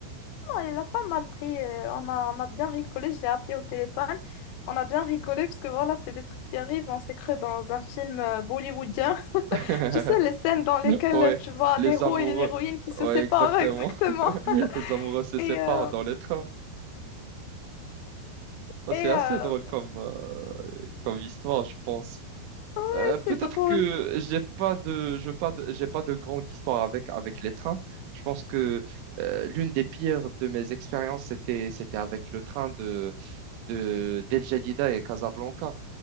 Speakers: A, on the left; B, on the right.
A: il a pas mal pris. euh, on a, on a bien rigolé. J'ai appelé au téléphone. On a bien rigolé parce que voilà, c'est des trucs qui arrivent. On s'est cru dans un film euh, bollywoodien. <laughs>
B: <laughs>
A: Tu sais, les scènes dans lesquelles
B: Ouais,
A: tu vois
B: les
A: l'héros
B: amoureux,
A: et l'héroïne qui se
B: ouais,
A: séparent
B: exactement.
A: <laughs> exactement.
B: <laughs> Les amoureux se
A: Et,
B: séparent
A: euh,
B: dans les trains. Ça,
A: et
B: C'est assez
A: euh,
B: drôle comme, euh, comme histoire, je pense.
A: ouais,
B: Euh, peut-être
A: c'est drôle.
B: que j'ai pas de, je pas de- j'ai pas de grande histoire avec, avec les trains. Je pense que euh, l'une des pires de mes expériences, c'était, c'était avec le train de, de, d'El Jadida et Casablanca.